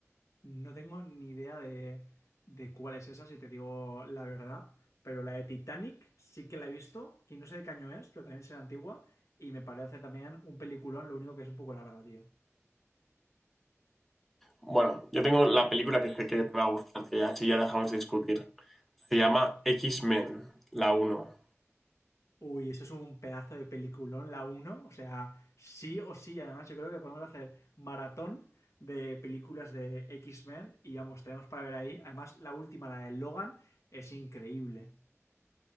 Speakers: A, on the left; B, in the centre.
A: No tengo ni idea de, de cuál es esa, si te digo la verdad. Pero la de Titanic sí que la he visto, y no sé de qué año es, pero también será antigua. Y me parece también un peliculón, lo único que es un poco larga, tío.
B: Bueno, yo tengo la película que sé que te va a gustar, que así ya dejamos de discutir. Se llama X-Men, la uno
A: Uy, eso es un pedazo de peliculón, la uno, O sea, sí o sí. Además, yo creo que podemos hacer maratón de películas de X-Men y vamos, tenemos para ver ahí. Además, la última, la de Logan, es increíble.